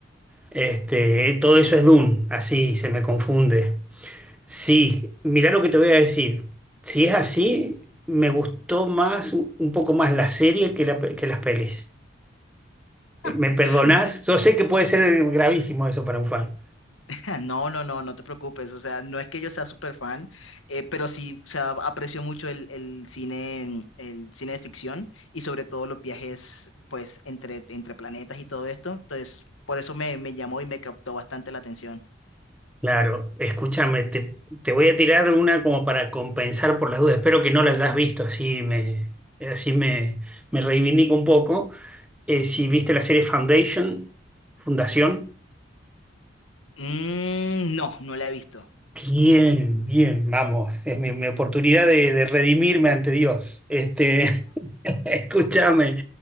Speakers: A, in the centre; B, on the left.
A: Este, todo eso es Dune, así se me confunde. Sí, mirá lo que te voy a decir. Si es así, me gustó más, un poco más la serie que, la pe- que las pelis. ¿Me
B: <gasps>
A: perdonás?
B: <laughs>
A: Yo sé que puede ser gravísimo eso para un fan.
B: <laughs> Ja, No, no, no, no te preocupes. O sea, no es que yo sea súper fan, eh, pero sí, o sea, aprecio mucho el, el cine, el cine de ficción y sobre todo los viajes, pues, entre, entre planetas y todo esto. Entonces, por eso me, me llamó y me captó bastante la atención.
A: Claro, escúchame, te, te voy a tirar una como para compensar por las dudas. Espero que no la hayas visto, así me, así me, me reivindico un poco. Eh, si viste la serie Foundation, Fundación,
B: Mm, no, no la he visto.
A: bien, bien, vamos, es mi, mi oportunidad de, de redimirme ante Dios. Este, <laughs> escúchame,